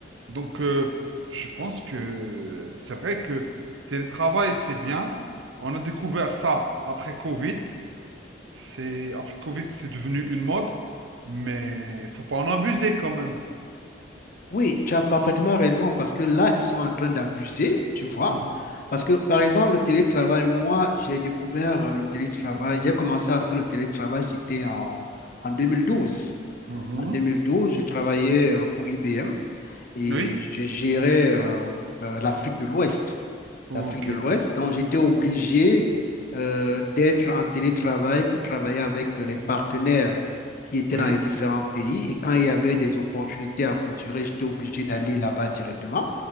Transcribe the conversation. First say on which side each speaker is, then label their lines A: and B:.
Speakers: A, on the right; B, on the left.
A: Donc, euh, je pense que c'est vrai que télétravail, c'est bien. On a découvert ça après Covid. C'est après Covid que c'est devenu une mode, mais il faut pas en abuser quand même.
B: Oui, tu as parfaitement raison parce que là,
A: Mhm.
B: ils sont en train d'abuser, tu vois.
A: Mhm.
B: Parce que, par exemple, le télétravail, moi, j'ai découvert euh, le télétravail,
A: Mhm.
B: j'ai commencé à faire le télétravail, c'était en, en 2012.
A: Mhm.
B: En 2012, je travaillais euh, pour IBM et
A: Oui,
B: je gérais euh, euh, l'Afrique de l'Ouest.
A: ok,
B: L'Afrique de l'Ouest. Donc, j'étais obligé euh, d'être en télétravail pour travailler avec euh, les partenaires qui étaient
A: oui,
B: dans les différents pays. Et quand il y avait des opportunités à clôturer, j'étais obligé d'aller là-bas directement.